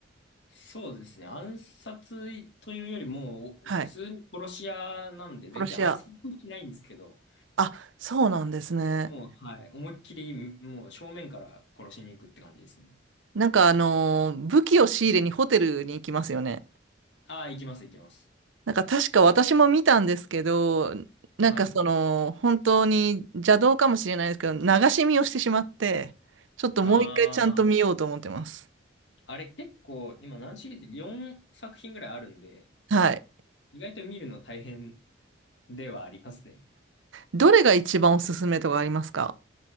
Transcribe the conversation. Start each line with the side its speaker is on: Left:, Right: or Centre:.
Left: そうですね。暗殺というよりも、
Right: はい。
Left: 普通に殺し屋なんで、全然暗殺もしないんですけど、
Right: 殺し屋。あ、そうなんですね。
Left: もう、はい。思いっきり、もう正面から殺しに行くって感じですね。
Right: なんかあのー武器を仕入れにホテルに行きますよね。
Left: ああ、行きます、行きます。
Right: なんか確か私も見たんですけど、なんかその、
Left: はい。
Right: 本当に邪道かもしれないですけど、流し見をしてしまって、ちょっともう一回ちゃんと見ようと思ってます。
Left: ああ、あれ結構、今何シリーズ ?4 作品ぐらいあるんで、
Right: はい。
Left: 意外と見るの大変ではありますね。
Right: どれが一番おすすめとかありますか